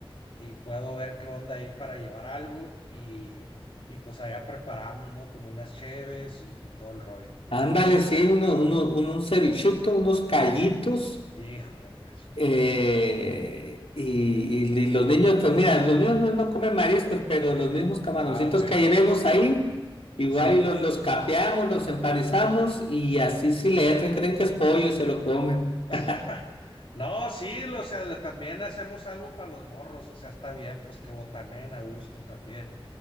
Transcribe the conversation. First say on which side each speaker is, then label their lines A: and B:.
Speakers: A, on the left (about 65°); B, on the left (about 85°).
A: y puedo ver qué onda ahí para llevar algo y, y pues allá preparamos, ¿no? Con unas cheves y, y todo el rollo.
B: Ándale, sí, uno, uno- un, un cevichito, unos callitos,
A: Híjole. sí.
B: eh, y, y- y los niños, pues mira, los niños no, no comen mariscos, pero los mismos camaroncitos
A: Ah, ok.
B: que llevemos ahí, igual
A: Sí.
B: y los, los capeamos, los empanizamos, y así sí le entran, creen que es pollo y se lo comen.
A: <laughs>
B: <laughs>
A: No, sí, lo- o sea, le- también hacemos algo para los morros, o sea, está bien, pues que botanen a gusto también.